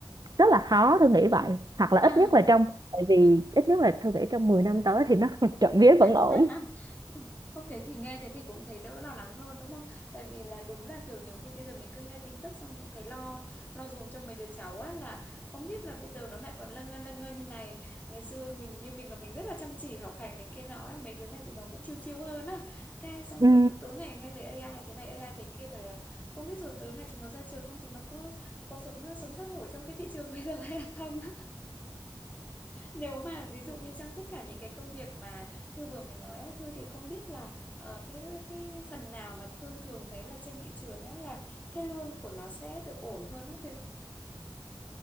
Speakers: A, on the right; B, on the left.
A: rất là khó Thư nghĩ vậy hoặc là
B: ừ.
A: ít nhất là trong tại vì ít nhất là Thư nghĩ trong 10 năm tới thì nó <laughs> trộm vía
B: <laughs>
A: vẫn ổn
B: Không thế thì nghe thế thì cũng thấy đỡ lo lắng hơn đúng không? Tại vì là đúng là kiểu nhiều khi bây giờ mình cứ nghe tin tức xong cũng thấy lo lo dùm cho mấy đứa cháu á là không biết là bây giờ nó lại còn lâng ngơ lâng ngơ như này. Ngày xưa mình như mình là mình rất là chăm chỉ học hành này kia nọ á, mấy đứa này thì nó cũng chill chill hơn á. Cái xong
A: ừ
B: rồi cứ tối ngày nghe thấy AI thế này AI thế kia bảo là không biết rồi tới ngày chúng nó ra trường không chúng nó có có sống sống sót nổi trong cái thị trường <laughs> bây giờ hay là không á. Nếu mà ví dụ như trong tất cả những cái công việc mà Thư vừa mới nói á, Thư thì không biết là ờ, cái cái phần nào mà Thư thường thấy là trên thị trường á, là cái lương của nó sẽ được ổn hơn á Thư.